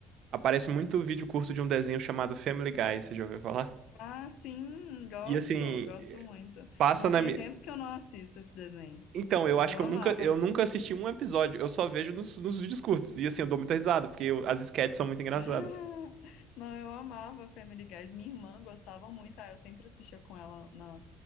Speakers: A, on the right; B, on the left.
A: aparece muito vídeo curto de um desenho chamado Family Guy, você já ouviu falar?
B: Ah, sim, gosto,
A: E assim,
B: gosto muito.
A: passa
B: Não
A: na
B: tem
A: minha.
B: tempos que eu não assisto esse desenho.
A: Então, eu
B: Mas
A: acho
B: eu
A: que
B: amava.
A: eu nunca, eu nunca assisti um episódio, eu só vejo nos, nos vídeos curtos. E assim, eu dou muita risada, porque eu- as sketches são muito
B: <laughs>
A: engraçadas.
B: Não, eu amava Family Guys. Minha irmã gostava muito. Ah, eu sempre assistia com ela na,